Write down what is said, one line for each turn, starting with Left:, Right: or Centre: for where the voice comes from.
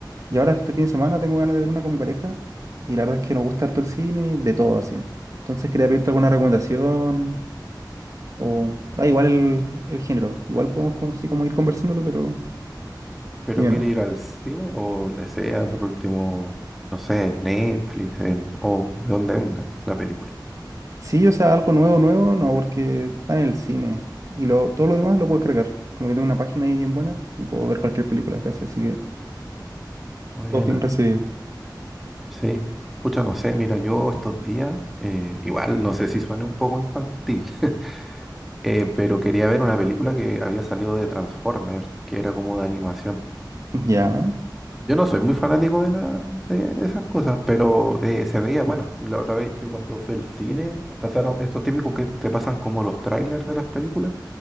Right: Y ahora este fin de semana tengo ganas de ver una con mi pareja y la verdad es que nos gusta harto el cine, de todo así. Entonces quería pedirte alguna recomendación o da igual el, el género. Igual podemos como, así como ir conversándolo, pero...
Centre: ¿Pero
Right: Dime
Centre: quiere
Right: nomás.
Centre: ir al cine o donde sea, por último, no sé, en Netflix en, o de donde venga la película?
Right: Sí, o sea, algo nuevo, nuevo, no, porque está en el cine. Y lo, todo lo demás lo puedo cargar. Como que tengo una página ahí bien buena y puedo ver cualquier película casi, así que
Centre: Buena,
Right: todo bien recibido.
Centre: sí. Pucha, no sé, mira, yo estos días, eh, igual, no sé si suene un poco infantil, <laughs> eh, pero quería ver una película que había salido de Transformers, que era como de animación.
Right: <laughs> Ya,
Centre: Yo no soy muy fanático de, la, de, de esas cosas, pero eh, se veía, bueno, la otra vez yo cuando fui al cine, pasaron estos típicos que te pasan como los trailers de las películas,